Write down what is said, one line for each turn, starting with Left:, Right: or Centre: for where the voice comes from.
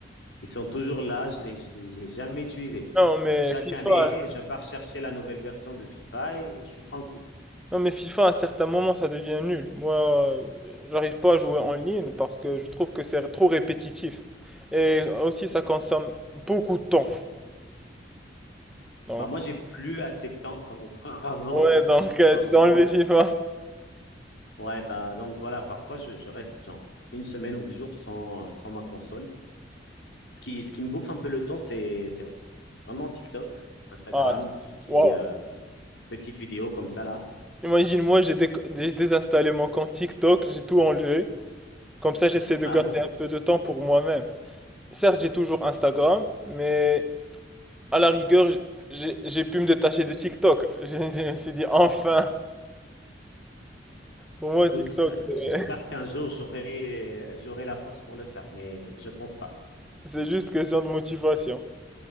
Left: Ils sont toujours là, je les, je les ai jamais utilisés.
Centre: Non mais
Left: Chaque
Centre: FIFA,
Left: année,
Centre: à-
Left: je pars chercher la nouvelle version de FIFA et je suis tranquille.
Centre: non mais FIFA à certains moments ça devient nul. Moi, euh, j'arrive pas à jouer en ligne parce que je trouve que c'est trop répétitif. Et aussi ça consomme beaucoup de temps. Donc
Left: Bah moi, j'ai plus assez de temps comme auparavant,
Centre: ouais, donc euh,
Left: franchement.
Centre: tu t'es enlevé FIFA.
Left: Ouais, bah donc voilà, parfois je, je reste genre une semaine ou dix jours sans, euh, sans ma console. Ce qui, ce qui me bouffe un peu le temps, c'est, c'est vraiment TikTok, Instagram,
Centre: Ah,
Left: tout ce qui
Centre: waouh.
Left: est euh, petites vidéos comme ça là.
Centre: Imagine moi j'ai déc- j'ai désinstallé mon compte TikTok, j'ai tout enlevé. Comme ça j'essaie de
Left: Ah
Centre: garder
Left: ben
Centre: un peu de temps pour moi-même. Certes, j'ai toujours Instagram, mais à la rigueur, j- j'ai j'ai pu me détacher de TikTok. <laughs> Je, je me suis dit enfin, pour moi
Left: écoute,
Centre: TikTok
Left: euh,
Centre: c'est
Left: j'espère qu'un jour j'aurai, j'aurai la force pour le faire, mais je pense pas.
Centre: C'est juste question de motivation.